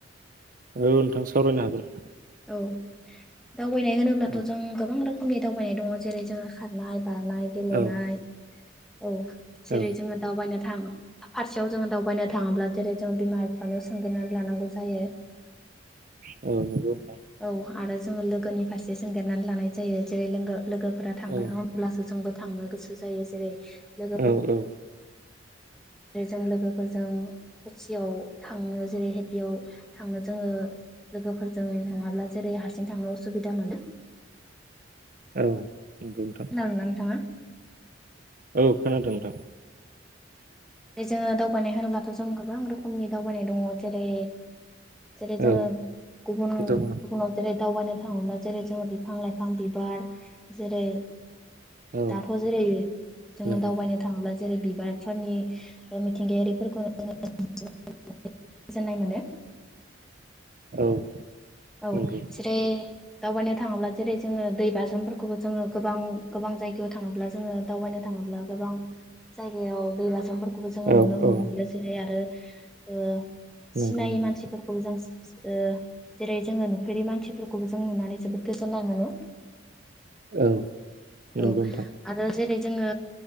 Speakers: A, on the right; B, in the centre.
A: औ नोंथां सावरायनो हागोन।
B: औ दावबायनाय होनोब्लाथ'
A: औ
B: जों गोबां रोख नि दावबायनाय दङ जेरै जोङो खारनाय बारनाय गेलेनाय
A: औ
B: औ जेरै
A: औ
B: जोङो दावबायनो थां फारसे जोङो दावबायनो थाङोब्ला जेरै जों बिमा बिफानियाव सोंग्रोनानै लानांगौ जायो।
A: औ नोंथां
B: औ आरो जोङो लोगोनि फारस सोंगोरनानै लानाय जायो जेरै लोंगो लोगोफोरा थांगोन
A: औ
B: <unintelligible> होनब्लासो जोंबो थांनो गोसो जायो जेरै लोगो
A: औ औ
B: जेरै जों लोगोफोरजों कुसियाव थांनो जेरैहाय बेयाव थांनो जोङो लोगोफोरजों नङाब्ला जेरै हारसिं थांनो उसुबिदा मोनो
A: औ नंगौ नोंथां
B: खोनादोंना नोंथाङा?
A: औ खोनादों नोंथां
B: जोङो दावबायनाय होनोब्लाथ' जों गोबां रोखोमनि दावबाय नै दङ जेरै जेरै जोङो
A: औ
B: गुबुन
A: दङ
B: गुबुनाव जेरै दावबायनो थाङोब्ला जेरै जोङो बि बिफां लाइफां बिबार जेरै
A: औ
B: दाथ' जेरै जोङो
A: नंगौ
B: दावबायनो थाङोब्ला जेरै बिबारफोरनि ओ मिथिंगायारिफोरखौ <unintelligible> गोजोननाय मोनो
A: औ
B: औ
A: नंगौ
B: जेरै दावबायनो थाङोब्ला जेरै जोङो दै बाज्रुमफोरखौबो जोङो गोबां गोबां जायगायाव थाङोब्ला जोङो दावबायनो थाङोब्ला गोबां जायगायाव दै बाज्रुमफोर खौबो जोङो
A: औ
B: नुनो मोनबो
A: औ
B: <unintelligible> आरो ओ सिनायि
A: नंगौ नंगौ
B: मानसिफोरखौबो जोंस ओ जेरै जोंङो नुफेरि मानसिफोरखौबो जों नुनानै जोबोद गोजोन्नाय मोनो।
A: औ नंगौ
B: औ
A: नोंथां
B: आरो जेरै जोंङो